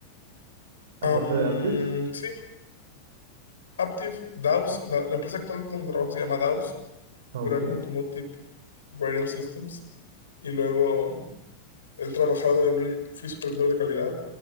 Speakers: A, on the right; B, on the left.
A: Aparte
B: Am,
A: de Aptiv.
B: sí, Aptiv, Daus, la, la empresa actual donde trabajo se llama Daus.
A: Ah,
B: Durango
A: ok.
B: Automotive Rating Systems. Y luego mm, he trabajado en, un- fui supervisor de calidad,